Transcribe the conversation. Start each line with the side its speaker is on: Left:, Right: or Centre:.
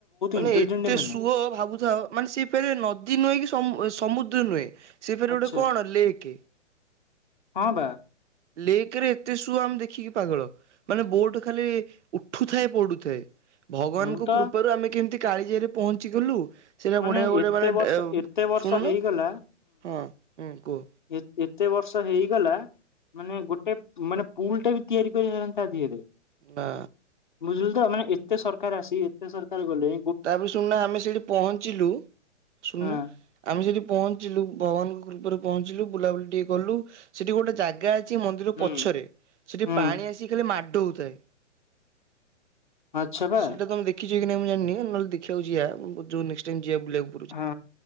Right: ମାନେ
Left: ଇଣ୍ଟେଲିଜେଣ୍ଟ
Right: ଏତେ
Left: ଏମାନେ
Right: ସୁଅ ଭାବୁଥାଅ ମାନେ ସେ ଫେରେ ନଦୀ ନୁହେଁ କି ସମୁଦ୍ର ନୁହେଁ ସେ ଫେରେ
Left: ଆଚ୍ଛା
Right: ଗୋଟେ କଣ ଲେକ୍।
Left: ହଁ ବା।
Right: ଲେକ୍ ରେ ଏତେ ସୁୁଅ ଆମେ ଦେଖ ଦେଖିକି ପାଗଳ ମାନେ ବୋଟ ଖାଲି ଉଠୁଥାଏ ପଡୁଥାଏ। ଭଗବାନଙ୍କ
Left: ମୁଁ ତ
Right: କୃପାରୁ ଆମେ କେମିତି କାଳିଯାଇରେ ପହଞ୍ଚି ଗଲୁ। ସେଇଟା
Left: ମାନେ
Right: ବଢିଆ ଗୋଟେ
Left: ଏତେ ବର୍ଷ
Right: ଏ
Left: ଏତେ ବର୍ଷ
Right: ଶୁଣୁନ
Left: ହେଇଗଲା
Right: ହଁ ହୁଁ କୁହ
Left: ଏତେ ବର୍ଷ ହେଇଗଲା ମାନେ ଗୋଟେ ମାନେ ପୁଲ ଟା ବି ତିଆରି କରିହେଲାନି ତା ଦିହେରେ।
Right: ନା
Left: ବୁଝୁିଲୁ ତ ମାନେ ଏତେ ସରକାର ଆସି ଏତେ ସରକାର ଗଲେ
Right: ତାପରେ ଶୁଣୁନା ଆମେ ସେଇଠି ପହଞ୍ଚିଲୁ ଶୁଣୁନୁ।
Left: ହଁ
Right: ଆମେ ସେଠି ପହଞ୍ଚିଲୁ ଭଗବାନଙ୍କ କୃପାରେ ପହଞ୍ଚିଲୁ ବୁଲାବୁଲି ଟିକେ କଲୁ ସେଠି ଗୋଟେ ଜାଗା ଅ <unintelligible> ମନ୍ଦିର
Left: ହୁଁ
Right: ପଛରେ ସେଠି
Left: ହୁଁ
Right: ପାଣି ଆସିିକି ଖାଲି ମାଡ ହୋଉଥାଏ।
Left: ଆଚ୍ଛା ବା
Right: ସେଇଟା ତମେ ଦେଖିଚ କି ନାଇଁ ମୁଁ ଜାଣିନି ନହେଲେ ଦେଖିବାକୁ ଯିବା ଜୋଉ ନେଷ୍ଟେ ଟାଇମ୍ ଯିବା ବୁଲି ବାକୁ।
Left: ହଁ